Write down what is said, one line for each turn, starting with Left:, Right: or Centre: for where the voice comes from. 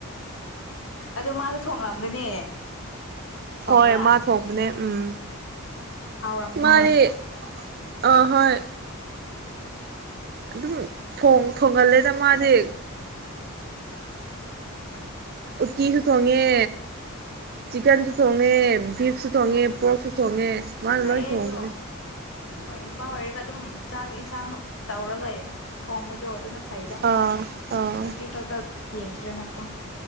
Left: ꯑꯗꯣ ꯃꯥꯁꯨ ꯊꯣꯡꯂꯝꯒꯅꯤ ꯊꯣꯡꯕ꯭ꯔꯥ
Right: ꯍꯣꯏ ꯃꯥꯥꯛ ꯊꯣꯡ ꯕꯅꯦ ꯎꯝ
Left: ꯍꯥꯎꯔꯝꯒꯅꯦ
Right: ꯃꯥꯗꯤ ꯑ ꯍꯣꯏ ꯑꯗꯨꯝ ꯊꯣꯡꯒꯜꯂꯦꯗ ꯃꯥꯗꯤ ꯎꯇꯤꯁꯨ ꯊꯣꯡꯉꯦ ꯆꯤꯛꯀꯟꯁꯨ ꯊꯣꯡꯉꯦ ꯕꯤꯐꯁꯨ ꯊꯣꯡꯉꯦ ꯄꯣꯔꯣꯛꯁꯨ ꯊꯣꯡꯉꯦ ꯃꯥꯅ
Left: ꯐꯌꯦ
Right: ꯂꯣꯏ ꯊꯣꯡꯕꯅꯦ
Left: ꯑꯗꯨꯣ ꯍꯣꯏ ꯅꯨꯄꯥꯥꯎ ꯑꯣꯏꯔꯒ ꯑꯗꯨꯝ ꯆꯥꯛ ꯏꯟꯁꯥꯡ ꯇꯧꯔꯒ ꯊꯣꯡꯕꯗꯣ ꯑꯗꯨꯅ ꯐꯩꯗ
Right: ꯑꯥ ꯑꯥ
Left: ꯎꯇꯤ ꯈꯛꯇ ꯌꯦꯡꯒꯦ ꯑꯗꯨꯅ